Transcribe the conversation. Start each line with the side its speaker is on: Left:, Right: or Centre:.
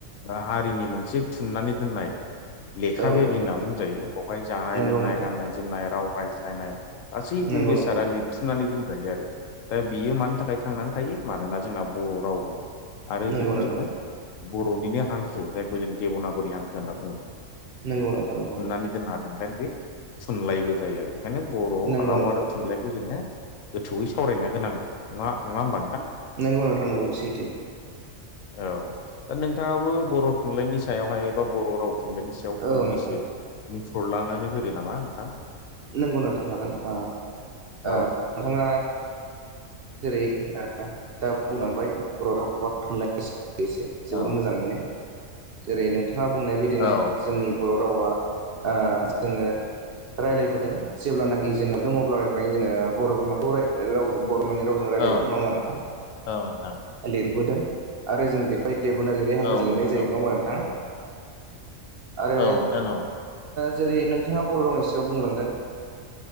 Left: आ हारिनि मोनसे थुननानै दोननाय लेखा
Right: औ
Left: बेबायदि
Right: नोंथां
Left: होनना जायो बेवहाय जानाय
Right: नंगौ
Left: लोंनाय,
Right: नोंथां
Left: गाननाय जोमनाय, राव रायज्लायनाय गासैबो
Right: नंगौ
Left: बेसादा
Right: नोंथां
Left: लिरथुमनानै दोन जायो आरो दा बियो मानि थाखाय थांनानै थायो मानोना जोंना बर' राव दं। आरो
Right: नंगौ
Left: बेखौ
Right: नोंथां
Left: जोङो बर'निनो हांखो जायखौ जों देब'नागरि हांखो होनना बुङो।
Right: नोंगौ नोंथा नोंगौ नोंगौ।
Left: नै दोननो हागोन ओंखायनो बे थुनलाइबो जायो आरो बेखायनो बर'
Right: नंगौ
Left: राव
Right: नोंथां
Left: आरो थुनलाइखौ जोङो गोथौयै सावरायनाया गोनां दं नङा-नङा होमबा नोंथां?
Right: नंगौ नोंथां नंगौ बे सैथो।
Left: औ दा नोंथाङाबो बर' थुनलाइनि सायावहाय बा बर' राव थुनलाइनि सायाव फंनैसो
Right: औ नोंथां
Left: बुंफोरलांनानै होदो। नामा नोंथां
Right: नंगौ नोंथां हागोन ओ
Left: औ
Right: नोंथाङा जेरै ओ दा बुंलांबाय <unintelligible> <unintelligible> जोबोर
Left: औ
Right: मोजाङैनो जेरै नोंथाङा बुंनाय बायदिनो
Left: औ
Right: जोंनि बर' रावा ओ जोङो रायज्लायबोदों जेब्लानाखि जेनोम दङ अब्लानिफ्रायनो जोङो बर' बिमाखौ राव बर' माने रावजों रायलायदों
Left: औ
Right: नङा होमा नोंथां
Left: औ नोंथां
Right: लिरबोदों आरो जों बेहाय देब'नागिरि हांखो
Left: औ
Right: लिरनाय
Left: नोंथां
Right: जायो
Left: औ
Right: नाामा नोंथां आरो
Left: औ नोंथां औ
Right: जेरै नोंथाङा बर' रावनि सायाव बुंलांदों